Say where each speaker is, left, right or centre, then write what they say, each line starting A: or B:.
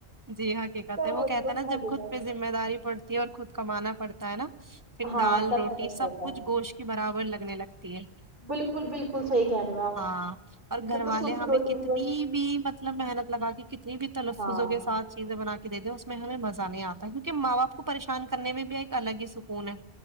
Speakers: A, on the right; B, on the right.
A: جی حقیقت
B: تب
A: ہے وہ
B: ان
A: کہتا
B: کو
A: ہے نا
B: کھا
A: جب
B: دیتا
A: خود پہ ذمہ داری پڑتی اور <inaudible> کمانا پڑتا ہے نا پھر
B: ہاں
A: دال
B: تب
A: روٹی
B: پتہ
A: سب
B: چلتا
A: کچھ
B: ہے
A: گوشت کی برابر لگنے لگتی ہے
B: بالکل بالکل صحیح کہہ رہے ہو آپ
A: ہاں اور
B: پھر
A: گھر
B: تو
A: والے
B: سوکھی
A: ہمیں
B: روٹی
A: کتنی
B: بھی بس
A: بھی مطلب محنت لگا کے کتنی بھی تلفظوں
B: ہاں
A: کے ساتھ چیزیں بنا دے دیں اس میں ہمیں مزہ نہیں اتا کیونکہ کو پریشان کرنے میں بھی آ الگ ہی سکون ہے